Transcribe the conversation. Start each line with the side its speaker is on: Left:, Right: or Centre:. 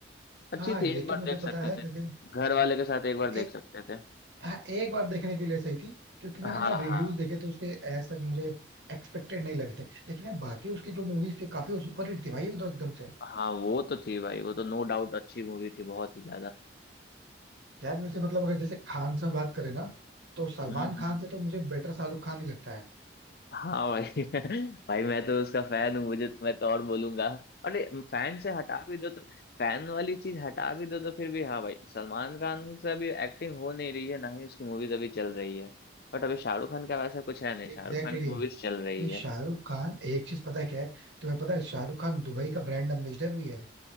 Left: अच्छी
Right: हाँ
Left: थी
Right: ये
Left: एक बार
Right: तो मुझे
Left: देख सकते
Right: पता है
Left: थे
Right: लेकिन
Left: घर वाले के साथ एक बार देख
Right: ए,
Left: सकते थे
Right: हाँ, एक बार देखने के लिए सही थी क्योंकि मैंने
Left: हाँ
Right: ना रिव्यूज
Left: हाँ
Right: देखे थे उसके एज सच मुझे एक्सपेक्टेड नहीं लगे थे लेकिन अब बाकी उसकी जो मूवीज थी काफी सुपर हिट थी भाई वो तो एकदम से
Left: हाँ वो तो थी भाई वो तो नो डाउट अच्छी मूवी थी बहुत ही ज्यादा
Right: यार वैसे मतलब अगर जैसे खान से बात करें ना तो सलमान
Left: हम्म हम्म
Right: खान से तो मुझे बेटर शाहरुख खान ही लगता है
Left: हाँ भाई <laughs> भाई मैं तो उसका फैन हूँ मुझे मैं तो और बोलूंगा अरे फैन से हटा भी दो तो फैन वाली चीज हटा भी दो तो फिर भी हाँ भाई सलमान खान से अभी एक्टिंग हो नहीं रही है ना ही उसकी मूवीज अभी चल रही है बट अभी शाहरुख खान का वैसा कुछ है नहीं शाहरुख
Right: एग्जैक्टली
Left: खान की मूवीज चल रही
Right: भाई
Left: है
Right: शाहरुख खान एक चीज पता है क्या है तुम्हें पता है शाहरुख खान दुबई का ब्रांड एम्बेसडर भी है